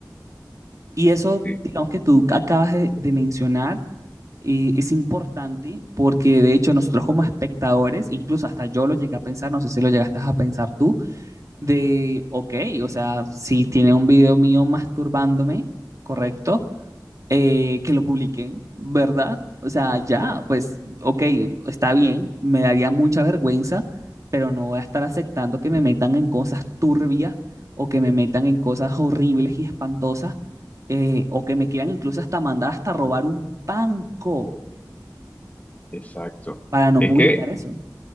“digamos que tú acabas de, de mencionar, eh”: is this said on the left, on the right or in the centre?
Right